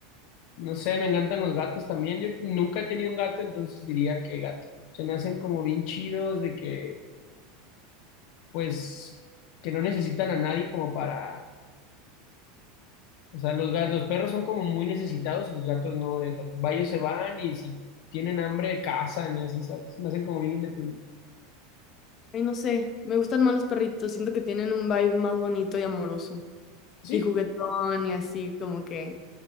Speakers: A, on the left; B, on the left.
A: No sé, me encantan los gatos también. Yo nunca he tenido un gato, entonces diría que gato. Se me hacen como bien chidos de que, pues, que no necesitan a nadie como para O sea, los, ga- los perros son como muy necesitados y los gatos no. O sea, va- ellos se van y si tienen hambre cazan y así, ¿sabes? Me hacen como bien independientes.
B: Ay, no sé, me gustan más los perritos, siento que tienen un vibe más bonito y amoroso,
A: Sí.
B: y juguetón y así, como que